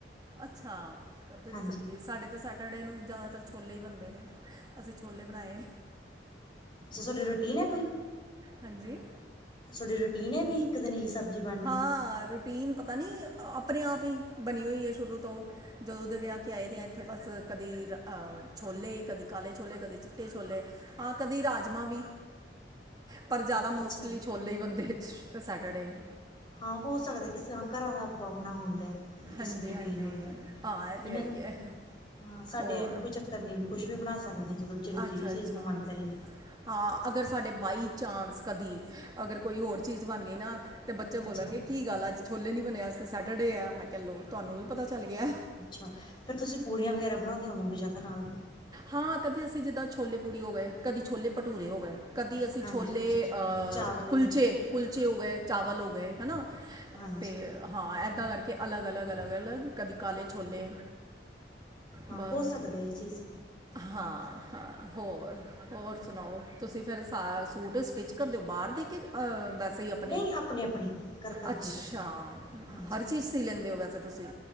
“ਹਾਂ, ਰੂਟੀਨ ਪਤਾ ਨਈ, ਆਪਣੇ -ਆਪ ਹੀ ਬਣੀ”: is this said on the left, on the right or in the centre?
Right